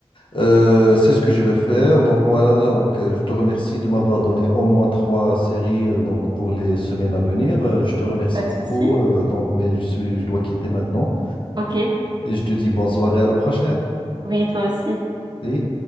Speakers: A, on the left; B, on the right.
A: Euh, c'est ce que je vais faire. Donc voilà, donc, euh, je te remercie de m'avoir donné au moins trois séries euh, donc, pour les semaines à venir. Euh, je te remercie
B: pas
A: beaucoup.
B: de souci.
A: euh, donc, mais je suis, je dois quitter maintenant.
B: Ok.
A: Et je te dis bonne soirée à la prochaine.
B: Oui, toi aussi.
A: Et